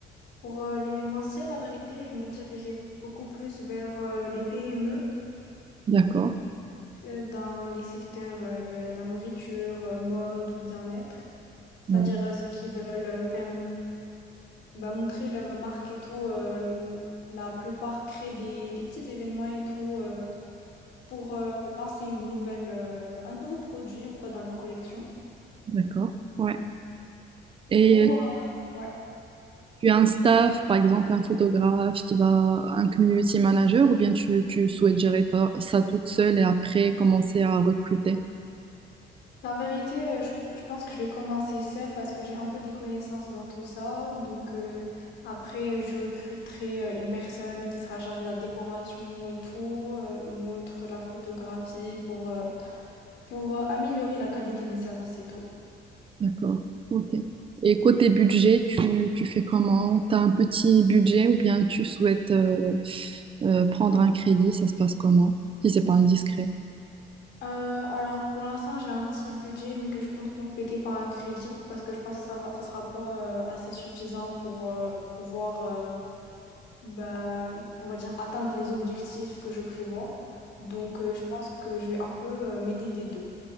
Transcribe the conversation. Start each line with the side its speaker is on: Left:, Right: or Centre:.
Left: pour euh, l'événementiel, la vérité, je me dirigeais beaucoup plus vers euh, les PME
Right: D'accord.
Left: euh, dans les secteurs euh, de la nourriture, euh, mode ou bien-être. C'est-à-dire
Right: Ouais.
Left: euh, ceux qui veulent euh, faire bah, montrer leurs marques et tout. euh, la plupart créent des, des petits événements et tout euh, pour euh, lancer une nouvelle, euh, un nouveau produit ou quoi dans leur collection.
Right: D'accord. Ouais. Et
Left: Ou, euh, ouais.
Right: tu as un staff, par exemple un photographe qui va, un community manager, ou bien tu, tu souhaites gérer ta- ça toute seule et après commencer à recruter?
Left: La vérité, euh, je, je pense que je vais commencer seule parce que j'ai un peu des connaissances dans tout ça. Donc euh, après, je recruterai euh, une personne qui sera chargée de la décoration et tout, euh, une autre la photographie pour, euh, pour euh, améliorer la qualité des services et tout.
Right: D'accord. Ok. Et côté budget, tu, tu fais comment? Tu as un petit budget ou bien tu souhaites euh, euh, prendre un crédit? Ça se passe comment? Si c'est pas indiscret.
Left: Euh, alors pour l'instant j'ai un petit budget mais que je compte compléter par un crédit parce que je pense que ça va, ça sera pas euh, assez suffisant pour euh, pouvoir euh, bah, on va dire atteindre les objectifs que je prévois. Donc euh, je pense que je vais un peu euh, m'aider des deux.